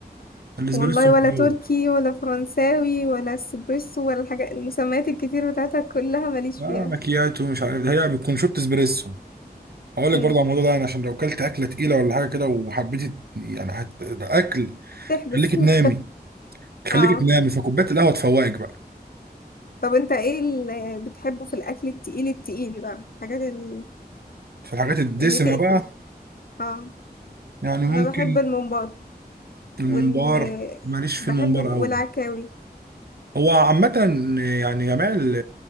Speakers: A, on the right; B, on the left.
A: الاسبريسو
B: والله
A: مش
B: ولا تركي
A: عيب.
B: ولا فرنساوي ولا اسبريسو ولا الحاجات المسميات الكتير بتاعتها كلها ماليش
A: لا
B: فيها
A: مكياتو مش عارف ده هي بتكون شورت اسبريسو اقول لك
B: امم
A: برضه على الموضوع ده يعني عشان لو كلت اكله تقيله ولا حاجه كده وحبيت ت- يعني هت... ده اكل
B: تحبس
A: خليك تنامي
B: <laughs>
A: خليك
B: اه
A: تنامي فكوبايه القهوه تفوقك بقى
B: طب انت ايه اللي بتحبه في الاكل التقيل التقيل بقى الحاجات ال-
A: فالحاجات الدسمه
B: اللي تقفل
A: بقى
B: اه
A: يعني ممكن
B: انا بحب الممبار
A: الممبار
B: وال
A: ماليش في
B: بحب
A: الممبار
B: ال- والعكاوي
A: قوي هو عامة يعني جميع ال-